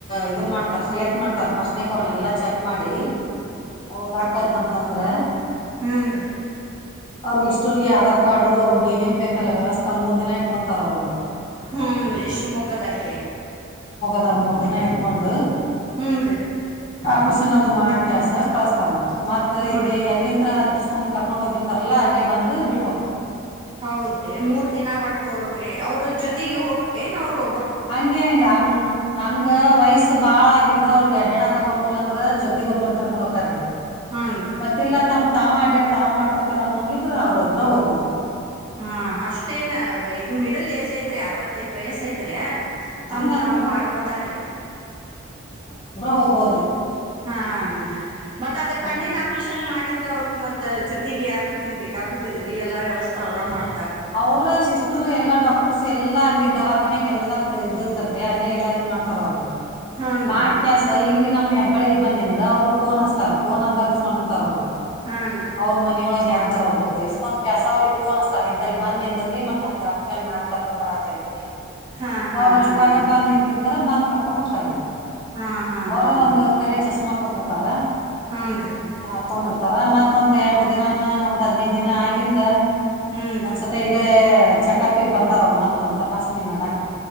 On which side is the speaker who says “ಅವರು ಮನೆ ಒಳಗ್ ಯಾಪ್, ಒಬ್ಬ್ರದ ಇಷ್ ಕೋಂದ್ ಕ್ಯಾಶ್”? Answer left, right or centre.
Left